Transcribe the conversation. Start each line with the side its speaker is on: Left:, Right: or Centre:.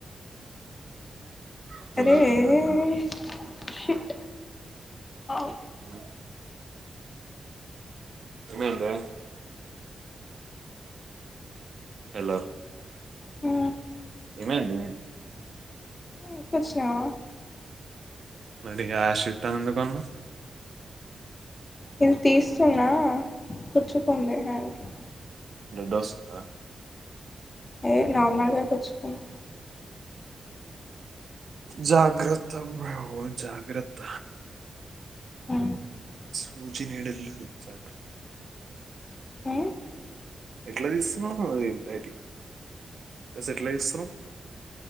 Right: అసలు
Left: అరే
Right: దీపికనే
Left: ఎఎ
Right: కాదు
Left: షిట్ అ
Right: ఏమైద్ ఏమైందే హలో
Left: హు
Right: ఏమైంది
Left: మ్ కూచ్చునవా
Right: మరి ఇగ ఆ షిట్ అని ఎందుకన్నవ్
Left: ఇది తీస్తున్నా కుచ్చుకుంది హ్యాండ్కి
Right: బ్లడొస్తుందా
Left: అదె నార్మల్గా కుచ్చుకున్
Right: జాగ్రత్తమ్మ అమ్మవ్ జాగ్రత్త
Left: ఆ
Right: పూచి నిడేళ్ళు ఒకసారి
Left: ఆ
Right: ఎట్ల తీస్తున్నవ్ నువ్వది బైటికి ఎట్ల తీస్తున్నవ్